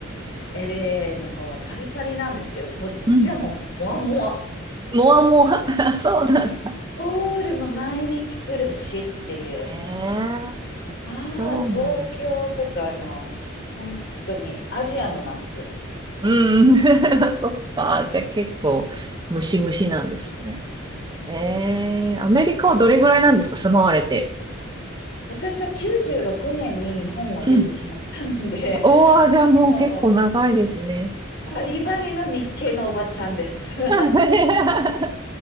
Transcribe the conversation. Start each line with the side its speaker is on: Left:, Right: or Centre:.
Left: LA の方はパリパリなんですけど、こっちはもう、
Right: い。うん。
Left: もわもわ。
Right: もわもわ。<laughs> そうなんだ。
Left: ゴールも毎日来るしっていう。
Right: へえ。
Left: まあ、
Right: そうなんです。
Left: 東京とかの、本当にアジアの夏。
Right: うんうん。<laughs> そっか。じゃあ結構、ムシムシなんですね。ええ。アメリカはどれぐらいなんですか住まわれて。
Left: 私は96年に日本を出てしまったので、
Right: うん。おー、じゃあもう結構長いですね。
Left: もうバリバリの日系のおばちゃんです。<laughs>
Right: <laughs>